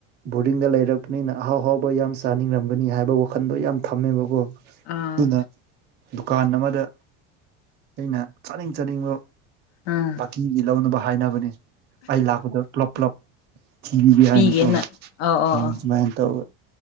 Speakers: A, on the right (about 35°); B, on the left (about 80°).
A: ꯕꯣꯔꯗꯤꯡꯗ ꯂꯩꯔꯛꯄꯅꯤꯅ ꯑꯍꯥꯎ ꯑꯍꯥꯎꯕ ꯌꯥꯝ ꯆꯥꯅꯤꯡꯔꯝꯒꯅꯤ ꯍꯥꯏꯕ ꯋꯥꯈꯟꯗꯣ ꯌꯥꯝ ꯊꯝꯃꯦꯕꯀꯣ
B: ꯑꯥ
A: ꯑꯗꯨꯅ ꯗꯨꯀꯥꯟ ꯑꯃꯗ ꯑꯩꯅ ꯆꯥꯅꯤꯡ ꯆꯥꯅꯤꯡꯕ
B: ꯎꯝ
A: ꯑꯩꯒꯤ ꯂꯧꯅꯕ ꯍꯥꯏꯅꯕꯅꯦ ꯑꯩ ꯂꯥꯛꯄꯗ ꯄꯨꯂꯞ ꯄꯨꯂꯞ ꯊꯤꯕꯤꯒꯦ ꯍꯥꯏꯅꯀꯣ
B: ꯄꯤꯒꯦꯅ ꯑꯧ ꯑꯧ
A: ꯍꯥꯏ
B: ꯑꯧ
A: ꯁꯨꯃꯥꯏꯅ ꯇꯧꯑꯦ